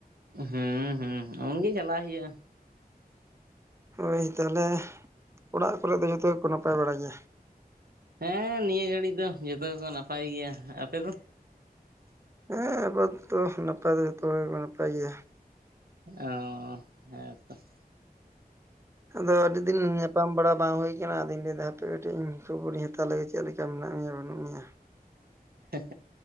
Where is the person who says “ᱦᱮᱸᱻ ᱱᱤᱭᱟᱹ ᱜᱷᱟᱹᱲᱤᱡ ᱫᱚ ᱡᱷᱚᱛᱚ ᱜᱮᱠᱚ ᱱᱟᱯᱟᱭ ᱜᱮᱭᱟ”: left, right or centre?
Right